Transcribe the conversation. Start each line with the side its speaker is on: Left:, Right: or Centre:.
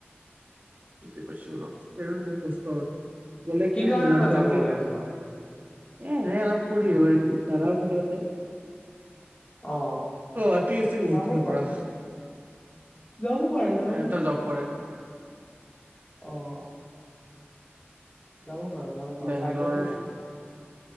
Right: বুজি পাইছো ৰ ট্ৰেইনত বহুত কষ্ট হয়। গলে
Left: কি
Right: একদম
Left: কাৰণে
Right: লাগজাৰি
Left: তই যাব
Right: ট্ৰেইন।
Left: ওলাইছ
Right: এ এনে অলপ ফুৰি আহু নেকি দাদাও থাকে তাতে।
Left: অ
Right: অ' আতি আছে বহুত
Left: যাব
Right: দিনৰ
Left: পাৰ
Right: পৰা।
Left: যাব পাৰ যাব
Right: এ,
Left: পাৰ
Right: তাত জব কৰে।
Left: অ'। যাব পাৰা, যাব পাৰা,
Right: বেংগলৰ
Left: ফ্লাইটতে যা।